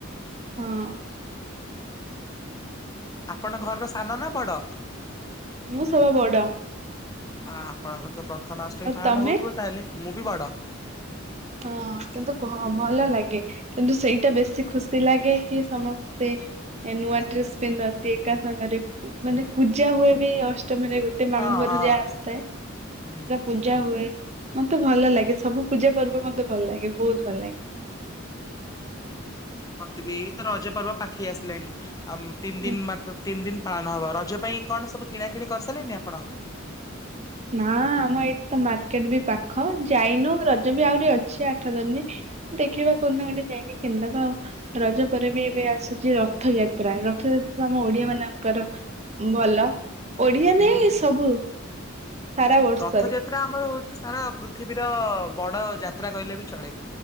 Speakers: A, on the right; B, on the left.
A: ହଁ
B: ଆପଣ ଘରର ସାନ ନା ବଡ?
A: ମୁଁ ସଵା ବଡ଼।
B: ଆ ଆପଣଙ୍କର ତ ପ୍ରଥମାଷ୍ଟମି ପାଳନ
A: ତମେ
B: ହଉଥିବ ତାହେଲେ। ମୁଁ ବି ବଡ଼।
A: ହଁ କିନ୍ତୁଭ ଭଲ ଲାଗେ କିନ୍ତୁ ସେଇଟା ବେଶୀ ଖୁସି ଲାଗେ କି ସମସ୍ତେ ନୂଆ ଡ୍ରେସ୍ ପିନ୍ଧନ୍ତି ଏକା ସାଙ୍ଗରେ ମାନେ ପୂଜା ହୁଏ ବି ଅଷ ଅଷ୍ଟମୀରେ ଗୋଟେ ମାମୁଁ
B: ହଁ
A: ଘରୁ
B: ହଁ
A: ଯାହା ଆସିଥାଏ
B: ହୁଁ।
A: ସେଟା ପୂଜା ହୁଏ। ମତେ ଭଲ ଲାଗେ ସବୁ ପୂଜା ପର୍ବ ମତେ ଭଲ ଲାଗେ ବହୁତ ଭଲ ଲାଗେ।
B: ମତେ ବି ଏଇତ ରଜ ପର୍ବ ପାଖେଇ ଆସିଲାଣି। ଆମ ତିନ
A: ଲାଗେ।
B: ଦିନ ମାତ୍ର ତିନ ଦିନ ପାଳନ ହବ ରଜ ପାଇଁ କଣ ସବୁ କିଣା କିିଣି କରିସାରିଲେଣି ଆପଣ।
A: ନା ଆମ ଏଇଠି ତ ମାର୍କେଟ ବି ପାଖ ଯାଇନୁ ରଜ ବି ଆହୁରି ଅଛି ଆଠ ଦନୀ ଦେଖିବା କଉଦିନ ଗୋଟେ ଯାଇକି କିନଦବା ଆଉ। ରଜ ପରେ ବି ଏବେ ଆସୁଛି ରଥଯାତ୍ରା। ରଥଯାତ୍ରା ଆମ ଓଡିଆ ମାନଙ୍କର ଭଲ ଓଡିଆ
B: ହୁଁ।
A: ନେଇ ସବୁ। ସାରା ବର୍ଷରେ।
B: ରଥଯାତ୍ରା ଆମର ହଉଛି ସାରା ପୃଥିବୀର ବଡ ଯାତ୍ରା କହିଲେ ବି ଚଳେ